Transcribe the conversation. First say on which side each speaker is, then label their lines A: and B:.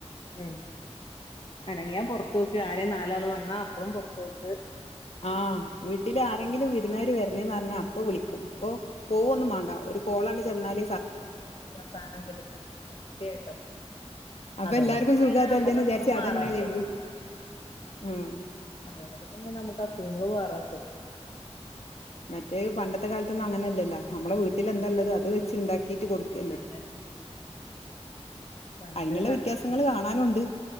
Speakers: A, on the left (about 50°); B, on the left (about 65°).
A: ഉം അനങ്ങിയാ പൊറത്തേ ക്ക്ആരേ നാലാള് വന്നാ അപ്പേപുറത്തു പോക്ക്
B: ആവീട്ടിൽ ആരെങ്കിലും വിരുന്നാർ വരുന്നേന്ന് അറിഞ്ഞ വീട്ടിൽ ആരെങ്കിലും പറഞ്ഞാ അപ്പൊ വിളിക്കും ഇപ്പൊ പോവന്നു വേണ്ടാ ഒരു കോൾ അങ്ങോട്ട് ചെന്നാൽ
A: സഥധനം പിടിക്കും സത്യായിട്ടും
B: അപ്പൊ
A: അതുകൊണ്ടൊക്കെ
B: എല്ലാർക്കും
A: തന്നെയാണ്
B: സുഖം അതല്ലേന്ന്
A: നമ്മുക്ക അസുഖം
B: വിചാരിച്ച്
A: മാറാത്തത്.
B: അതന്നെ ചെയ്യും. ഉം
A: അതുകൊണ്ടൊക്കെ തന്നെയ നമുക്ക് അസുഖങ്ങൾ മാറാത്തത്.
B: മറ്റേ പണ്ടത്തെ കാലത്തൊന്നും അങ്ങനെയല്ലല്ലോ നമ്മളെ വീട്ടിൽ എന്താല്ലത് അത് വെച്ച് ഉണ്ടാക്കിട്ട് കൊടുക്കല്ലേ
A: അതെ അതെ പണ്ട്
B: അതിനുള്ള വ്യത്യാസങ്ങള് കാണാനുണ്ട്.